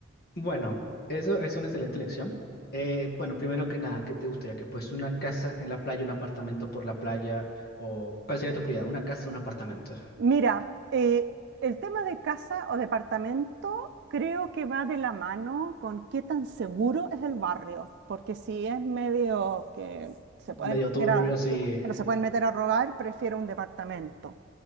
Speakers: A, on the left (about 50°); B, on the right (about 55°).
A: Bueno, eso es una excelente elección. Eh, bueno, primero que nada, ¿qué te gustaría? ¿Que fuese una casa en la playa, un apartamento por la playa? ¿O cuál sería tu prioridad? ¿Una casa o un apartamento?
B: Mira, eh, el tema de casa o departamento creo que va de la mano con qué tan seguro es el barrio, porque si es medio que se pueden
A: Medio turbio,
B: meter a,
A: sí.
B: no se pueden meter a robar, prefiero un departamento.